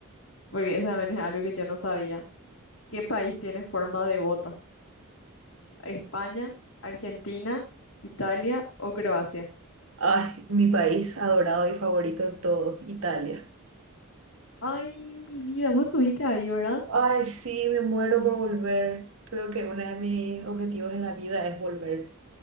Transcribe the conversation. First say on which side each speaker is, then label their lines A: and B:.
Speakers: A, on the left; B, on the right.
A: Porque eso también es algo que yo no sabía. ¿Qué país tiene forma de bota? ¿España, Argentina, Italia o Croacia?
B: Ay, mi país adorado y favorito de todos, Italia.
A: Ay, mi vida, vos estuviste ahí, ¿verdad?
B: Ay, sí, me muero por volver. Creo que uno de mis objetivos en la vida es volver,